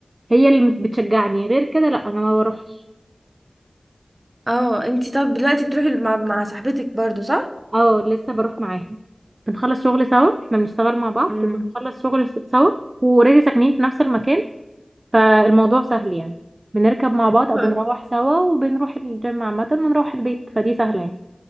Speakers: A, on the right (about 45°); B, on the right (about 30°).
A: هي اللي بتشجعني غير كده لا انا ما بروحش
B: اه انتي طب دلوقتي بتروحي مع, مع صاحبتك برضو صح؟
A: اه لسه بروح معاها بنخلص شغل سوا احنا بنشتغل مع بعض
B: امم
A: بنخلص شغل س- سوا واوريدي ساكنين في نفس المكان فالموضوع سهل يعني بنركب مع بعض
B: حلو
A: او بنروح
B: أوي.
A: سوا وبنروح الجيم عامة ونروح البيت فدي سهلة يعني